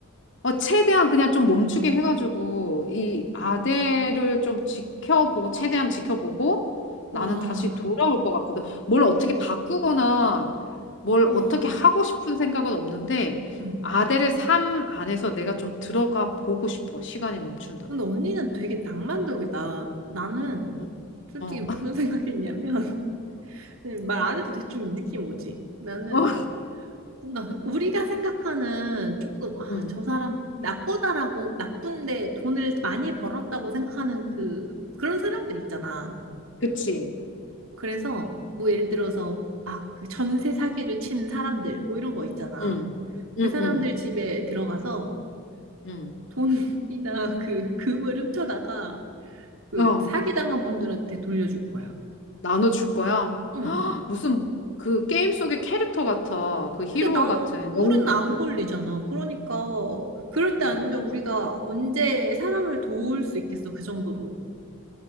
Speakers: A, on the left; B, on the right.
A: 어, 최대한 그냥 좀 멈추게 해가지고, 이 아대를 좀 지켜보고, 최대한 지켜보고,
B: 와,
A: 나는 다시 돌아올 것 같거든. 뭘 어떻게 바꾸거나, 뭘
B: 와.
A: 어떻게 하고 싶은 생각은 없는데,
B: 응.
A: 아델의 삶 안에서 내가 좀 들어가 보고 싶어. 시간이 멈춘다면.
B: 근데 언니는 되게 낭만적이다. 나는
A: 어,
B: 솔직히
A: 어,
B: 무슨 생각했냐면 <laughs> 말 안 해도 대충 느낌 오지. 나는
A: <laughs> 어,
B: 뭔가 우리가 생각하는 조금 아,
A: 응,
B: 저 사람 나쁘다라고 나쁜데 돈을 많이 벌었다고 생각하는 그 그런 사람들 있잖아.
A: 그치.
B: 그래서 뭐 예를 들어서 아, 그 전세 사기를 친 사람들 뭐 이런 거 있잖아.
A: 응,
B: 그
A: 응,
B: 사람들
A: 응,
B: 집에 들어가서
A: 응.
B: 돈이나 그 금을 훔쳐다가 그
A: 어,
B: 사기당한 분들한테 돌려줄 거야.
A: 나눠줄 거야.
B: 응.
A: 무슨 그 게임 속의 캐릭터 같아. 그 히로
B: 근데 나
A: 같은,
B: 우리는
A: 영웅 같은.
B: 안 걸리잖아. 그러니까 그럴 때
A: 응.
B: 아니면 우리가 언제 사람을 도울 수 있겠어? 그 정도로.